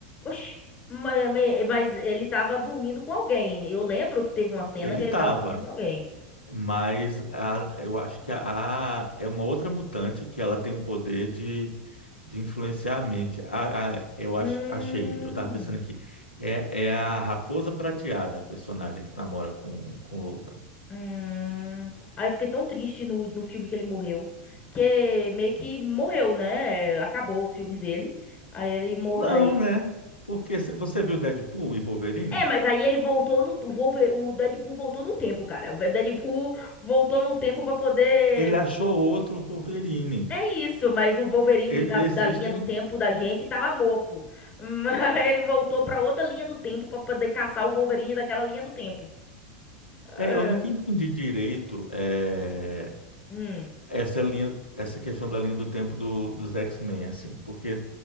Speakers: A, on the left; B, on the left.
A: Oxi, ma- ma- mas, ele tava dormindo com alguém. Eu lembro que teve uma cena
B: Ele
A: que
B: estava
A: ele tava dormindo com alguém.
B: Mas a- eu acho que a, a- é uma outra mutante que ela tem o poder de, de influenciar a mente. A, a- eu acho,
A: Hum,
B: achei, eu estava pensando aqui. É, é a Raposa Prateada, a personagem que namora com, com o Logan.
A: hum. Aí eu fiquei tão triste no, no filme que ele morreu. Que meio que morreu, né? Acabou os filmes dele. Aí ele morreu.
B: Não, né? Porque se- você viu Deadpool e Wolverine?
A: É, mas aí ele voltou no. O Wolver- o Deadpool voltou no tempo, cara. O Deadpool voltou no tempo pra poder.
B: Ele achou outro Wolverine.
A: É isso, mas o Wolverine
B: E-
A: da, da
B: Existem.
A: linha do tempo da gente tava morto. Mas <laughs> Ele voltou pra outra linha do tempo pra poder caçar o Wolverine daquela linha do tempo. É.
B: é, eu nunca entendi direito é,
A: Hum.
B: essa linha, essa questão da linha do tempo do, dos X-Men, assim, porque